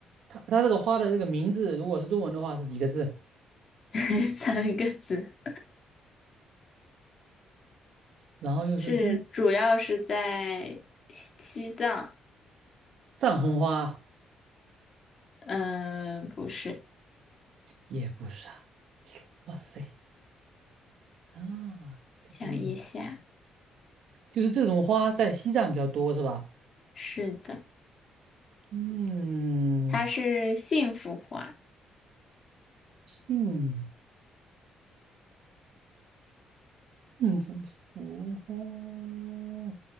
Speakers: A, on the right; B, on the left.
A: 它它这个花的这个名字，如果是中文的话是几个字？
B: <laughs> 三个字，
A: 然后又是中
B: 是主要是在西西藏。
A: 藏红花，
B: 嗯、不是，
A: 也不是啊。哇塞，啊，这个有点
B: 想一下，
A: 就是这种花在西藏比较多是吧？
B: 是的，
A: 嗯，
B: 它是幸福花。
A: 幸幸福福花，